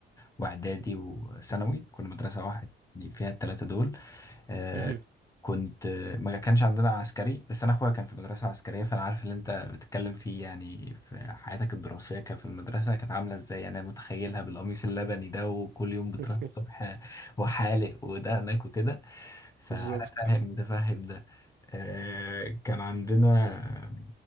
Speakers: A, on the left; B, on the right.
A: واعدادي وثانوي كنا مدرسه واحد يعني فيها الثلاثه دول آه
B: مهم.
A: كنت ما كانش عندنا عسكري بس انا اخويا كان في مدرسه عسكريه فانا عارف اللي انت بتتكلم فيه يعني في حياتك الدراسيه كان في المدرسه كانت عامله ازاي انا متخيلها بالقميص اللبني ده وكل يوم بتروح
B: <laughs>
A: الصبح وحالق ودقنك وكده فأنا
B: بالظبط
A: فاهم ده فاهم ده آه، كان عندنا